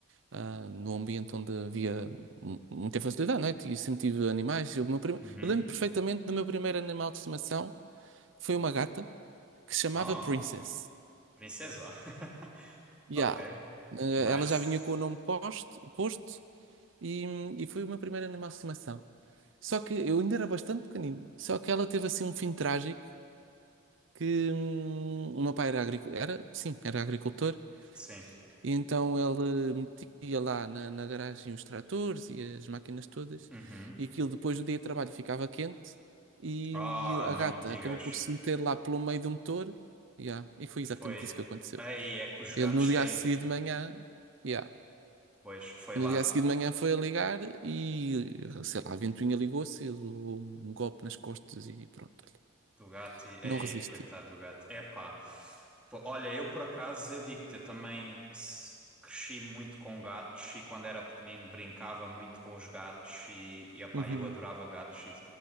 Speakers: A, on the right; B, in the centre.
A: ah, num ambiente onde havia mu- muita facilidade, não é? E sempre tive animais. Eu, O meu prim...
B: Uhum.
A: Eu lembro perfeitamente do meu primeiro animal de estimação, que foi uma gata, que se chamava
B: Oh,
A: Princess.
B: princesa. <laughs>
A: Yeah.
B: Ok.
A: Eh,
B: Nice.
A: Ela já vinha com o nome posto, posto e, e foi o meu primeiro animal de estimação. Só que eu ainda era bastante pequenino. Só que ela teve assim um fim trágico que hum, o meu pai era agricultor, era, sim, era agricultor,
B: Sim.
A: e então ele metia lá na, na garagem os tratores e as máquinas todas,
B: Uhum.
A: e aquilo depois do dia de trabalho ficava quente, e,
B: Ah,
A: e a
B: não
A: gata
B: me digas.
A: acabou por se meter lá pelo meio do motor, yeah, e foi
B: Foi.
A: exatamente isso que aconteceu.
B: Ei, é que os
A: Ele
B: gatos
A: no dia
B: têm.
A: a seguir de manhã. yeah,
B: Pois, foi lá.
A: No dia a seguir de manhã foi a ligar e, sei lá, a ventoinha ligou-se, e levou um golpe nas costas e pronto, olha,
B: Do gato e... Ei,
A: não resistiu.
B: coitado do gato. Epá. Fo- Olha, eu por acaso, eu digo-te, eu também s- cresci muito com gatos e quando era pequenino brincava muito com os gatos e, e epá,
A: Uhum.
B: eu adorava gatos e,